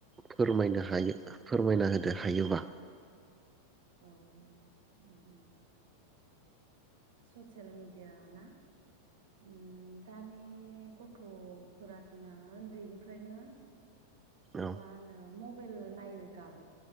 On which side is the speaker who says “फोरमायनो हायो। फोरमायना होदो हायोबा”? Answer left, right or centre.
Right